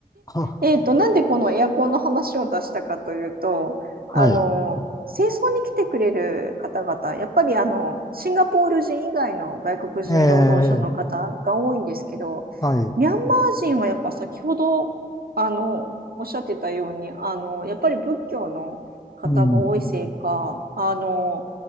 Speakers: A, on the left; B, on the right.
A: は、
B: えっと、なんでこのエアコンの話を出したかというと、
A: はい、
B: あの、清掃に来てくれる方々、やっぱりあの、シンガポール人以外の外国人労働者の方が多いんですけど、
A: ええはい、
B: ミャンマー人はやっぱ先ほど、あの、おっしゃってたように、あの、やっぱり仏教の方が多いせいか、
A: うん、
B: あの、